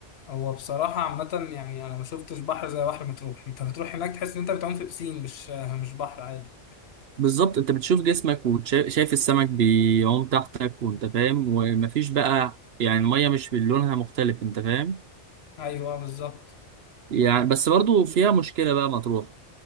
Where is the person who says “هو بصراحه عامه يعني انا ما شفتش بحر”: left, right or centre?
Left